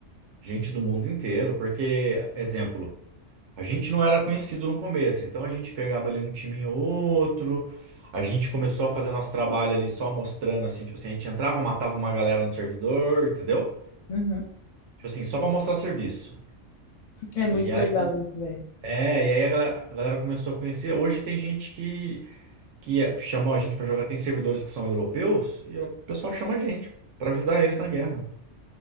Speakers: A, on the right; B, on the left.
A: Gente do mundo inteiro. Porque, exemplo, a gente não era conhecido no começo. Então a gente pegava ali um time ou outro. A gente começou a fazer nosso trabalho ali só mostrando, assim, tipo assim, a gente entrava, matava uma galera no servidor, entendeu?
B: Uhum.
A: Tipo assim, só pra mostrar serviço.
B: É muito
A: e
B: legal isso, velho.
A: É, e aí a galera, a galera começou a conhecer. Hoje tem gente que, que chamou a gente pra jogar, tem servidores que são europeus, e a- o pessoal chama a gente pra ajudar eles na guerra.